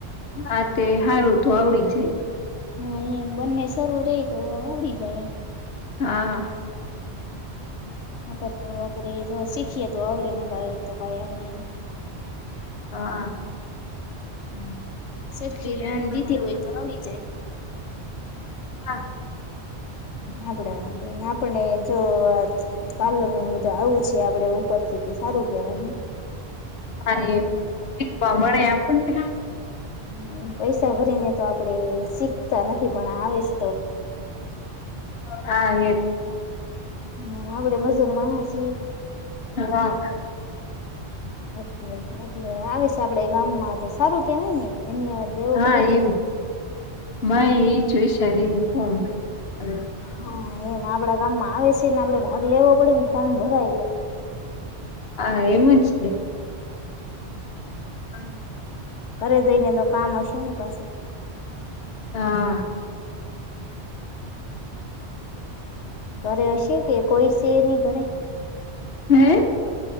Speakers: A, on the left (about 65°); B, on the left (about 85°).
A: હા તે હારું તો આવડી જાય.
B: હા એમ બંને સરું રે તો આવડી જાય એમ.
A: હા.
B: ન કરતો આપણે જો શીખીએ તો આવડે નકા તો કઈ આવડે નહી.
A: હા.
B: હ સરખી
A: બિરિયાની
B: ધ્યાન
A: બનાવી
B: દીધી હોય તો આવડી જાય.
A: હા.
B: આપડા માટે ને આપને જો. પાલર નુંન બધું આવું છે આપડે ઉપર થી તી સારું કેવાય હે.
A: હા એમ શીખવા મળે આપણને.
B: હમ્મ, પૈસા ભરી ને તો આપડે શીખતા નથી પણ આવે છ
A: હા એમ.
B: એ આપડે મજૂર માણા સીએ.
A: હા.
B: એટલે-એટલે આવે સે આપડે ગામમાં તો સારું કેવાય ને, ધન્યવાદ દેવો
A: હા
B: પડે
A: એ મૈ ઈ જ વિસારીને ફોર્મ ભયરું.
B: હા એમ. આપડા ગામમાં આવે સે ને આપડે ભાગ લેવો પડે ને ફોર્મ ભરાય એ.
A: હા એમ જને.
B: <inaudible>
A: પાણી
B: ઘરે જઈ ને તો કામ હશે ને પાસું.
A: હા.
B: ઘરે હશે કે કોઈ સે નહીં ઘરે?
A: હે?